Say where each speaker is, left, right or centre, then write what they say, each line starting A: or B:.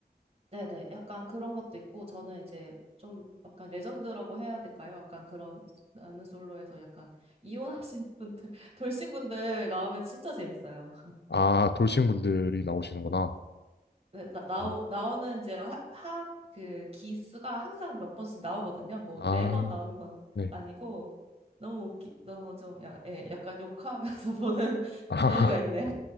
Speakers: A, on the right (about 35°); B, on the left (about 85°).
A: 네네. 약간 그런 것도 있고 저는 이제 좀 약간 레전드라고 해야 될까요? 약간 그런 나는 솔로에서 약간 이혼하신 분들 <laughs> 돌싱 분들 나오면 진짜 재밌어요.
B: 아, 돌싱 분들이 나오시는구나.
A: 네, 나, 나오,
B: 어,
A: 나오는 이제 하, 하, 그 기수가 항상 몇 번씩 나오거든요. 뭐
B: 아,
A: 매번 나오는 건
B: 네.
A: 아니고 너무 웃기, 너무 좀 야, 예, 약간 욕하면서 <laughs> 보는
B: 아, <laughs>
A: 재미가 있네요.